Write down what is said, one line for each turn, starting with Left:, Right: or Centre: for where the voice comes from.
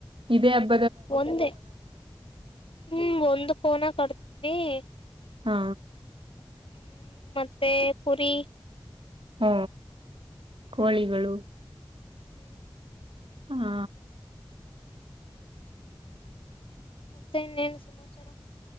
Right: ಇದೇ ಅಬ್
Left: ಒಂದೇ ಹೂ ಒಂದ್ ಕೋಣ ಕಾಡದ್ವಿ <unintelligible>
Right: ಹಾ
Left: ಹೂ ಮತ್ತೆ ಪೂರಿ
Right: ಹ ಕೋಳಿಗಳು,
Left: ಹೂ
Right: ಹಾ
Left: ಹ್ಮ್ ಮತ್ತೆ ಇನ್ನೇನ ಸಮಾಚಾರ?